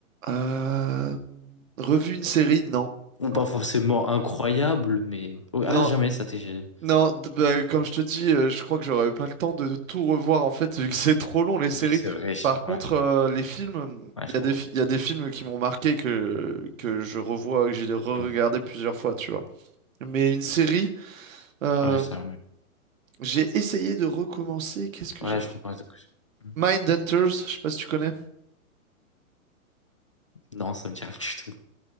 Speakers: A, on the right; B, on the left.
A: Euh, revu une série? Non. Non.
B: Ou pas forcément incroyable, mais... ouais,
A: Non.
B: ah, jamais, ça t'est...
A: Non, d- bah, comme je te dis, euh, je crois que j'aurais pas le temps de tout revoir en fait, vu que c'est trop long les séries.
B: Oui, c'est vrai.
A: Par contre,
B: Ouais,
A: euh, les films,
B: ouais,
A: il
B: je
A: y a
B: comprends.
A: des, fi- il y a des films qui m'ont marqué que, que je revois, que j'ai re-regardé
B: Mm.
A: plusieurs fois, tu vois. Mais une série, euh,
B: Ouais, ça, ouais.
A: j'ai essayé de recommencer. Qu'est-ce que
B: Ouais,
A: j'ai
B: je comprends. Mm.
A: Mindhunters, je sais pas si tu connais.
B: Non, ça me dit rien du tout.